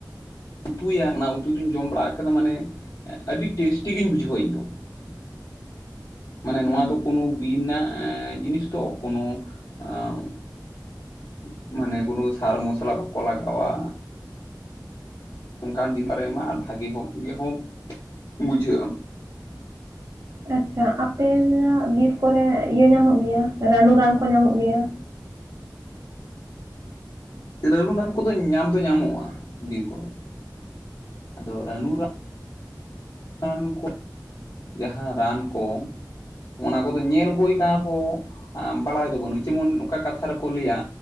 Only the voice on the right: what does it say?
ᱚ
ᱟᱪᱪᱷᱟ ᱟᱯᱮᱭᱟᱜ ᱵᱤᱨ ᱠᱚᱨᱮ ᱤᱭᱟᱹ ᱧᱟᱢᱚᱜ ᱜᱮᱭᱟ, ᱨᱟᱱᱩ ᱨᱟᱱ ᱠᱚ ᱧᱟᱢᱚᱜ ᱜᱮᱭᱟ?